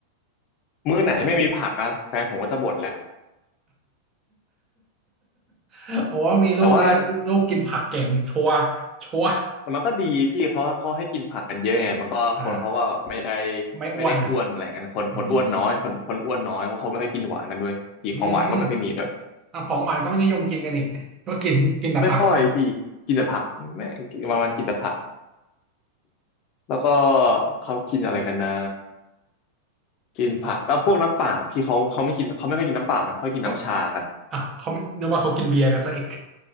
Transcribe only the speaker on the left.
มื้อไหนไม่มีผักนะแฟนผมก็จะบ่นแหละ
แต่ว่าแต่มันก็ดีพี่เขาเขาให้กินผักกันเยอะไงมันก็คนเขาก็แบบไม่ได้
ไม่ได้อ้วนอะไรเงี้ยคนคนอ้วนน้อยคนคนอ้วนน้อยเพราะเขาไม่ค่อยกินหวานกันด้วยพี่ของหวานก็ไม่ค่อยมีด้วย
ไม่ค่อยพี่กินแต่ผักแม่งวันวันกินแต่ผักแล้วก็เขากินอะไรกันนะ กินผักแล้วพวกน้ำเปล่าพี่เขาเขาไม่กินเขาไม่ค่อยกินน้ำเปล่านะเขากินน้ำชากัน